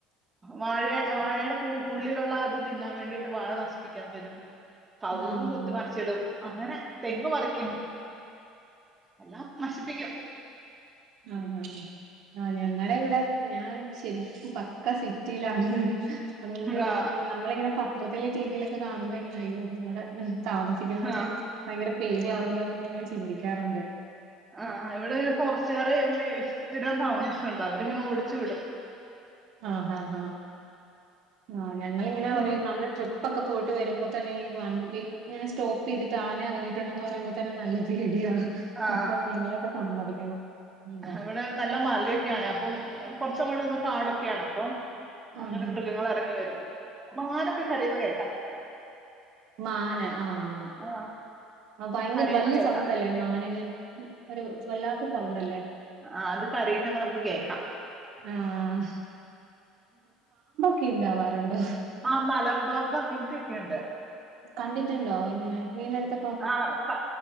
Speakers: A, on the right (about 15°); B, on the right (about 55°).
A: വാഴ വാഴയുടെ ഉള്ളിലുള്ള അത് തിന്നാൻ വേണ്ടിയിട്ട് വാഴ നശിപ്പിക്കാൻ വരും കവുങ്ങ്
B: ആഹ്
A: <unintelligible> അങ്ങനെ തെങ് മറിക്കും എല്ലാം നശിപ്പിക്കും
B: ആന്ന് ആന്നു ആഹ് ഞങ്ങടെ ഇവടെ ഞാൻ ശരിക്കും പക്കാ സിറ്റിയിലാണ് അതുകൊണ്ട്
A: ആ
B: നമ്മളിങ്ങനെ സം മൊത്തത്തില് ടി വിയിലൊക്കെ കാണുമ്പോ ഇങ്ങനെ അയ്യോ ഇവടെ താമസിക്കുന്നവര്
A: ആ ആ
B: ഭയങ്കര പേടി
A: ആ
B: ആവോലോ എന്നൊക്കെ ഇങ്ങനെ ചിന്തിക്കാറുണ്ട്
A: ആഹ് ഇവിടെ പൊറച്ചേരം പിന്നെ ടൗൺസ് ഉണ്ട് അവരിങ്ങനെ ഓടിച്ചു വിടും
B: ആഹ് ആഹ് ഹാ ആഹ് ഞങ്ങിങ്ങനെ
A: പിന്നെ
B: ഒരേ നമ്മള് ട്രിപ്പ് പ്പൊക്കെ പോയിട്ട് വരുമ്പോ തന്നെ ഈ വണ്ടി ഇങ്ങനെ സ്റ്റോപ്പ് ചെയ്തിട്ട് ആന ഇറങ്ങയിട്ടുണ്ടന്ന് പറയുമ്പോ തന്നെ നല്ല പേടിയാ
A: ആ
B: അപ്പൊ നിങ്ങളെ ഒക്കെ സമ്മതിക്കണം <unintelligible>
A: ഇവിടെ നല്ല മലയൊക്കാണ് അപ്പ കൊറച്ച് അങ്ങോട്ട് നിന്നാ പാടൊക്കെയാണ് അപ്പോ അങ്ങനെ
B: ആഹ്
A: <unintelligible> ഇങ്ങനെ എറങ്ങി വരും മാനൊക്കെ കരയുന്ന് കേൾക്കാം നമുക്ക്
B: മാന് ആഹ്
A: ആ
B: ആഹ് ഭയങ്കര
A: കരയുന്ന
B: വല്യ
A: കേൾക്കാം
B: സൗണ്ട് അല്ലേ മാനിന് ഒരു വല്ലാ ത്ത സൗണ്ട് അല്ലേ
A: ആഹ് അത് കരയുന്നത് നമുക്ക് കേക്കാം
B: ആഹ് തിന്നാവാറുണ്ടോ
A: ആഹ് മലമ്പാമ്പ് അങ്ങനത്തെക്കെയുണ്ട്
B: കണ്ടിട്ടുണ്ടോ ഇങ്ങനെ വീനടുത്ത
A: ആഹ് ക